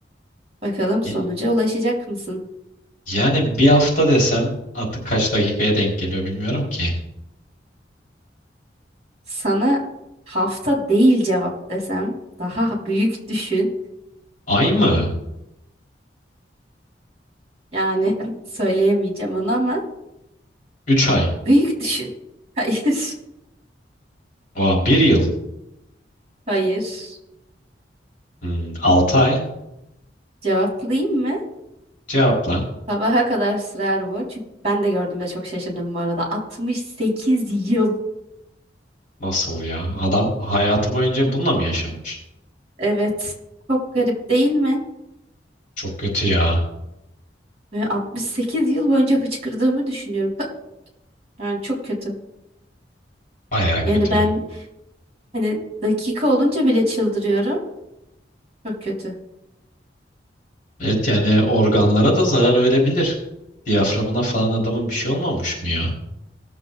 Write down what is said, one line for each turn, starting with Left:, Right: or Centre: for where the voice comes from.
Right: Bakalım
Left: Y-
Right: sonuca ulaşacak mısın?
Left: Yani bir hafta desem artık kaç dakikaya denk geliyor bilmiyorum ki.
Right: Sana hafta değil cevap desem daha büyük düşün.
Left: Ay mı?
Right: Yani <laughs> söyleyemeyeceğim onu ama
Left: Üç ay.
Right: büyük düşün. <laughs> Hayır.
Left: Oha bir yıl.
Right: Hayır.
Left: Hmm, altı ay.
Right: Cevaplayayım mı?
Left: Cevapla.
Right: Sabaha kadar sürer bu. Çünkü ben de gördüğümde çok şaşırdım bu arada. altmış sekiz yıl.
Left: Nasıl ya? Adam hayatı boyunca bununla mı yaşamış?
Right: Evet. Çok garip değil mi?
Left: Çok kötü ya.
Right: Ve 68 yıl boyunca hıçkırdığımı düşünüyorum. Hı, Yani çok kötü.
Left: Bayağı kötüyüm.
Right: Yani ben hani dakika olunca bile çıldırıyorum. Çok kötü.
Left: Evet yani organlara da zarar verebilir. Diyaframına falan adamın bir şey olmamış mı ya?